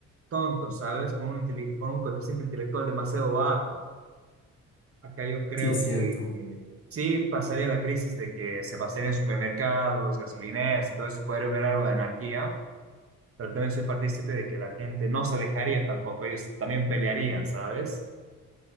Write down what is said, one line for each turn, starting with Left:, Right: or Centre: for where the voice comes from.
Right: tontos, ¿sabes? Con un, intele- con un coeficiente intelectual demasiado bajo. Acá yo creo
Left: Sí, es cierto.
Right: que eh, sí pasaría la crisis de que se basaría en supermercados, gasolineras y todo eso, podría haber algo de anarquía, pero también soy partícipe de que la gente no se dejaría tampoco, ellos también pelearían, ¿sabes?